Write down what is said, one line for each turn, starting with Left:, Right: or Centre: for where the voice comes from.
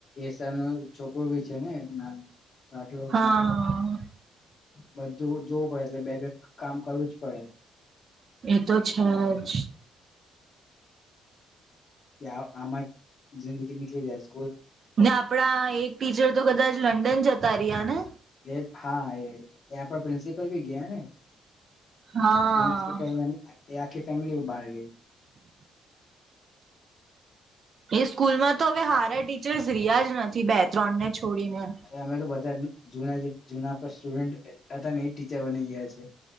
Left: એસા ન છોકરું બી છે ને આટલું.
Right: હા
Left: બધું જોવું પડે એટલે બે બે કામ કરવું જ પડે.
Right: એતો છે જ.
Left: કે આમાં જિંદગી નીકળી જાય છે.
Right: ને આપડા એક ટીચર તો કદાચ લંડન જતા. તારીને.
Left: એ હા એ આપણા પ્રિન્સિપલ ભી ગયા ને.
Right: હા
Left: પ્રિન્સિપલ એ આખી ફેમિલી બહાર ગઈ.
Right: એ સ્કૂલમાં, તો હવે, હારા ટીચર્સ રહ્યા જ નથી, બે ત્રણ ને. છોડીને
Left: અરે અમે તો બજાજ નો. જૂના જે જૂના. સ્ટુડન્ટ હતા, ને એ ટીચર બની ગયા છે.